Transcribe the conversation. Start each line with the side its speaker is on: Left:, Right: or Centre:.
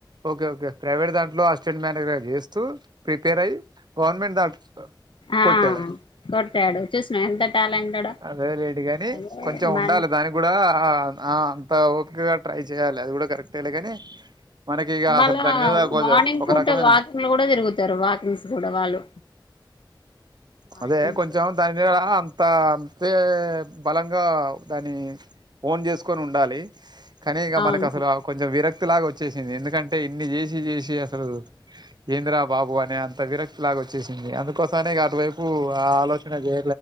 Right: Okay private దాంట్లో అసిస్టెంట్ మేనేజర్గా చేస్తూ ప్రిపేర్ అయ్యి గవర్నమెంట్ దాంట్లో
Left: ఆ
Right: కొట్టాడు
Left: కొట్టాడు చూసిన ఎంత టాలెంటెడో
Right: అదే లేదు గాని
Left: అదే
Right: కొంచెం
Left: మళ్
Right: ఉండాలి దాని కూడా అంత ఓపికగా ట్రై చేయాలి అది కూడా కరెక్టేలే కాని మనకి ఇక
Left: మళ్ళా
Right: అసలు దాని మీద కొంచెం
Left: మార్నింగ్
Right: ఒక
Left: పూట
Right: రకమైన
Left: వాకింగ్లు కూడా తిరుగుతారు వాకింగ్స్ కూడా వాళ్ళు వాకింగ్స్
Right: అదే కొంచెం దాని మీద అంత తే బలంగా దాన్ని ఓన్ చేసుకొని ఉండాలి కాని ఇగమనకు
Left: అవును
Right: అసలు అ కొంచం విరక్ క్తి లాగా వచ్చేసింది ఎందుకంటే ఇన్ని చేసి చేసి అసలు ఎంద్రాబాబు అనే అంత విరక్తి లాగా వచ్చేసింది అందుకు కోసారి అటువైపు ఆ ఆలోచన చే